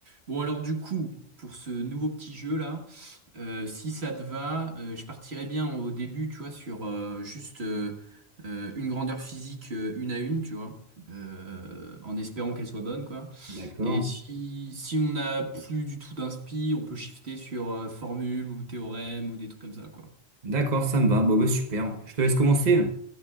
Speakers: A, on the right; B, on the right.
A: Bon alors du coup, pour ce nouveau petit jeu là, euh, si ça te va, euh, je partirais bien au début, tu vois, sur euh, juste euh, euh, une grandeur physique euh, une à une, tu vois, euh, en espérant qu'elle soit bonne, quoi.
B: D'accord.
A: Et si si on n'a plus du tout d'inspi, on peut shifter sur euh, formule ou théorème ou des trucs comme ça, quoi.
B: D'accord, ça me va. Bon, bah, super. Je te laisse commencer.